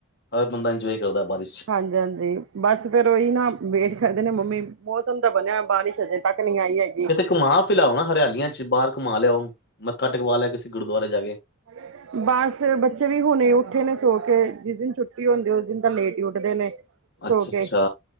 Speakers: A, on the left (about 50°); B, on the right (about 60°).
A: ਹਰ ਬੰਦਾ ਇੰਜੋਏ ਜਿਆਦਾ ਬਾਰਿਸ਼। ਚ
B: ਹਾਂਜੀ-ਹਾਂਜੀ ਬਸ ਫੇਰ ਉਹੀ ਨਾ ਵੇਟ ਕਹਿੰਦੇ ਨੇ ਮੰਮੀ, ਮੌਸਮ ਤਾਂ ਬਨਿਆ ਬਾਰਿਸ਼ ਅਜੇ ਤੱਕ ਨੀ ਆਈ ਹੈਗੀ।
A: ਕਿਤੇ ਘਮਾ ਫਿਲਾਓ ਨਾ ਹਰਿਆਲੀਆਂ ਚ ਬਾਰ ਘੁੰਮਾ ਲਿਆਓ, ਮੱਥਾ ਟੇਕਵਾ ਲਿਆ ਕਿਸੀਂ ਗੁਰਦੁਆਰੇ ਚ
B: <inaudible> ਬਸ ਬੱਚੇ ਵੀ ਹੁਣੇ ਉੱਠੇ ਨੇ ਸੋ ਕੇ ਜਿਸ ਦਿਨ ਛੁੱਟੀ ਹੁੰਦੀ ਐ ਉਸ ਦਿਨ ਤਾਂ ਲੇਟ ਈ ਉੱਡਦੇ ਨੇ।
A: ਅੱਛਾ-ਅੱਛਾ।
B: ਸੋ ਕੇ